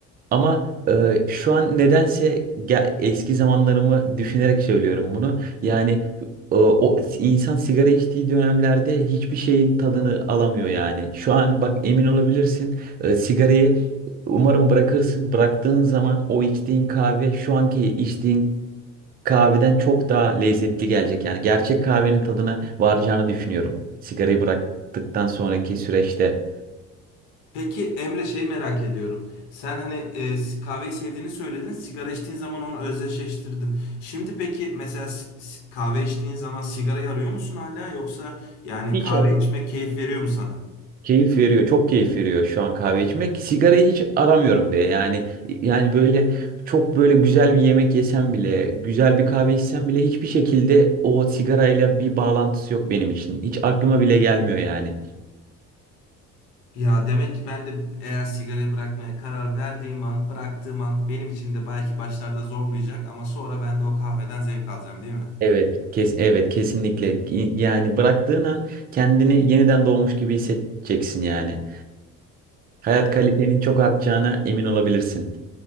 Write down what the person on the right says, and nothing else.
Ama e, şu an nedense ge- eski zamanlarımı düşünerek söylüyorum bunu. Yani e, o insan sigara içtiği dönemlerde hiçbir şeyin tadını alamıyor yani. Şu an bak emin olabilirsin e, sigarayı umarım bırakırsın. Bıraktığın zaman o içtiğin kahve şu anki içtiğin kahveden çok daha lezzetli gelecek. Yani gerçek kahvenin tadına varacağını düşünüyorum. Sigarayı bıraktıktan sonraki süreçte
hiç
ara-
keyif veriyor. Çok keyif veriyor şu an kahve içmek. Sigarayı hiç aramıyorum bile. Yani yani böyle çok böyle güzel bir yemek yesem bile, güzel bir kahve içsem bile hiçbir şekilde o sigarayla bir bağlantısı yok benim için. Hiç aklıma bile gelmiyor yani.
Evet, kes evet kesinlikle. Y- Yani bıraktığın an kendini yeniden doğmuş gibi hissedeceksin yani. Hayat kalitenin çok artacağına emin olabilirsin.